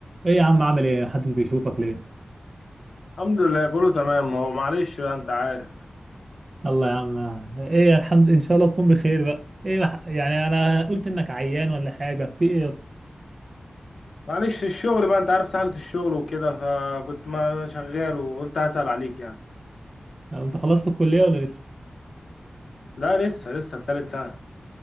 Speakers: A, on the right; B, on the left.
A: ايه يا عم عامل ايه محدش بيشوفك ليه
B: الحمد لله كله تمام هو معلش بقى انت عارف
A: الله يا عم ايه الحمد ان شاء الله تكون بخير بقى ايه مح... يعني انا قلت انك عيان ولا حاجه في ايه يا اسطى
B: معلش الشغل بقى انت عارف سهلة الشغل وكده فكنت ما شغال وقلت هسأل عليك يعني
A: لو انت خلصت الكليه ولا لسه
B: لا لسه لسه في تالت سنة